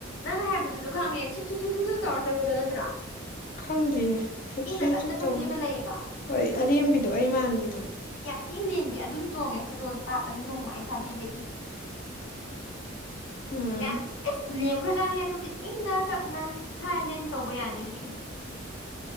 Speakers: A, on the left (about 75°); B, on the left (about 45°).
A: ꯅꯪꯅ ꯍꯥꯏꯕꯗꯨꯁꯨ ꯈꯪꯉꯦ ꯊꯨꯠ ꯊꯨꯠ ꯊꯨꯠ ꯇꯧꯔꯒ ꯆꯠꯄꯗꯣ ꯅꯠꯇ꯭ꯔꯥ
B: ꯈꯪꯗꯤꯌꯦ ꯊꯨꯠ
A: ꯏꯪꯅ
B: ꯊꯨꯠ
A: ꯇꯞꯅ
B: ꯊꯨꯠ
A: ꯆꯠꯄꯤ
B: ꯇꯧꯕ
A: ꯑꯃ ꯂꯩꯌꯦꯕ
B: ꯍꯣꯏ ꯑꯔꯦꯝꯕꯤꯗꯣ ꯑꯩ ꯃꯥꯟꯕꯤꯗꯣ
A: ꯊꯤ ꯂꯦꯝꯕꯤ ꯑꯗꯨꯁꯨ ꯇꯣꯡꯉꯦ ꯐꯣꯇꯣꯟꯗꯣ ꯀꯥꯞꯄꯅꯤꯕ ꯅꯣꯡꯃ ꯑꯩ ꯊꯥꯕꯤꯒꯦ ꯑꯗꯨꯁꯨ
B: ꯎꯝ
A: ꯌꯥꯝ ꯏꯁ ꯂꯦꯝꯈ꯭ꯔꯖꯥꯠꯅꯦ ꯑꯗꯨꯗꯤ ꯏꯪꯅ ꯇꯞꯅ ꯊꯥꯏꯂꯦꯟ ꯇꯧꯕ ꯌꯥꯅꯤ ꯑꯗꯨꯁꯨ ꯑꯗꯨꯝ